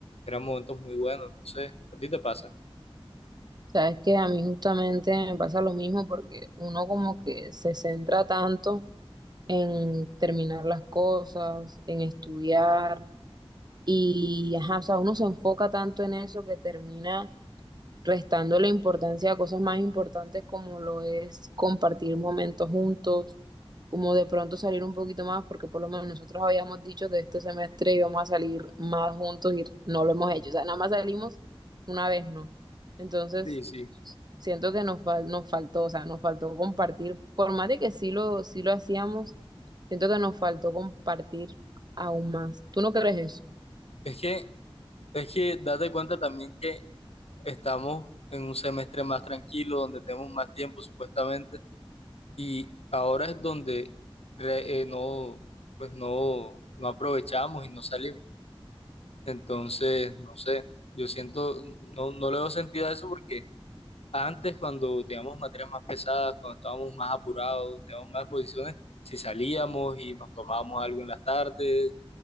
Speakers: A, on the left; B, on the right.
A: eran momentos muy buenos, no sé, ¿a ti te pasa?
B: Sabes que a mí justamente me pasa lo mismo porque uno como que se centra tanto. en terminar las cosas, en estudiar. Y, ajá, o sea, uno se enfoca tanto en eso que termina restando la importancia a cosas más importantes como lo es compartir momentos juntos, como de pronto salir un poquito más, porque por lo menos nosotros habíamos dicho que este semestre íbamos a salir más juntos y no lo hemos hecho. O sea, nada más salimos una vez, ¿no? Entonces,
A: Sí, sí.
B: siento que nos fal- nos faltó, o sea, nos faltó compartir, por más de que sí lo, sí lo hacíamos Siento que nos faltó compartir aún más. ¿Tú no crees eso?
A: Es que, es que date cuenta también que estamos en un semestre más tranquilo, donde tenemos más tiempo supuestamente. y ahora es donde re- eh, no, pues no, no aprovechamos y no salimos. Entonces, no sé, yo siento, no, no le doy sentido a eso porque antes cuando teníamos materias más pesadas, cuando estábamos más apurados, teníamos más exposiciones, si salíamos y nos tomábamos algo en las tardes,